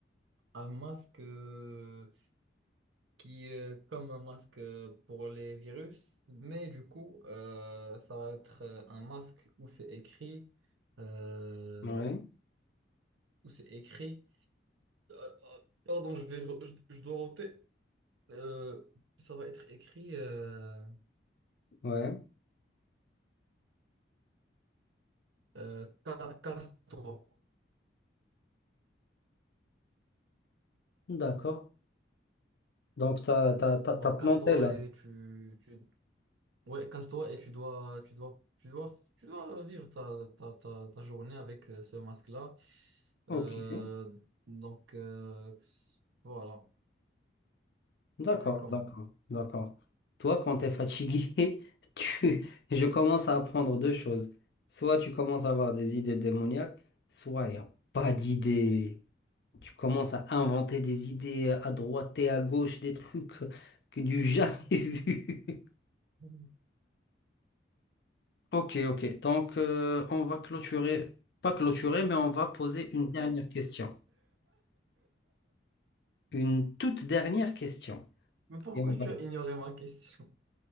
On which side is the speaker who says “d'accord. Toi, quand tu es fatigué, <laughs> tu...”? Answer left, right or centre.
Left